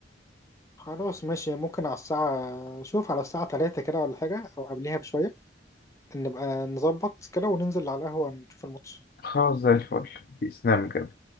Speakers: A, on the left; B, on the left.
A: خلاص ماشي ممكن على الساعة شوف على الساعة تلاتة كده ولا حاجة أو قبليها بشوية نبقى نظبط كده وننزل على القهوة نشوف الماتش
B: خلاص زي الفل بإسلام كده